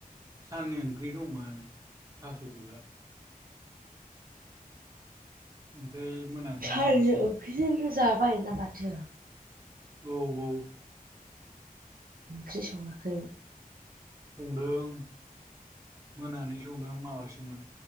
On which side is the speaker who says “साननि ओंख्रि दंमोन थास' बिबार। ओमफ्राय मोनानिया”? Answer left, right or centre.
Right